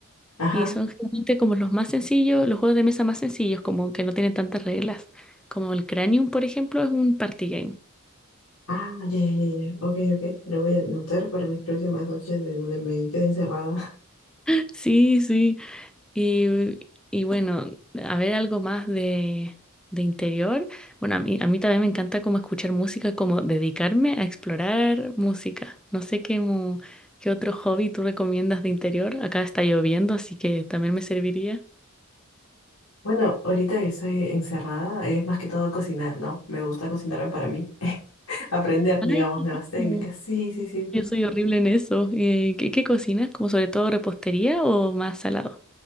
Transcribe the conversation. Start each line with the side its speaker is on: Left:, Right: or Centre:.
Left: Ajá.
Centre: Y son generalmente como los más sencillos, los juegos de mesa más sencillos, como que no tienen tantas reglas. Como el Cranium, por ejemplo, es un party game.
Left: Ah, ya, ya, ya, ya. Ok, ok. Lo voy a anotar para mis próximas noches de donde me quede encerrada. <laughs>
Centre: <laughs> Sí, sí. Y, y bueno, a ver algo más de, de interior. Bueno, a mí, a mí también me encanta como escuchar música, como dedicarme a explorar música. No sé qué, mo- qué otro hobby tú recomiendas de interior. Acá está lloviendo, así que también me serviría.
Left: Bueno, ahorita que estoy encerrada es más que todo cocinar, ¿no? Me gusta cocinarme para mí. <laughs> Aprender,
Centre: Ay,
Left: digamos,
Centre: qué
Left: nuevas
Centre: rico.
Left: técnicas. Sí, sí, sí.
Centre: Yo soy horrible en eso. Eh, ¿qué, qué cocinas? ¿Como sobre todo repostería o más salado?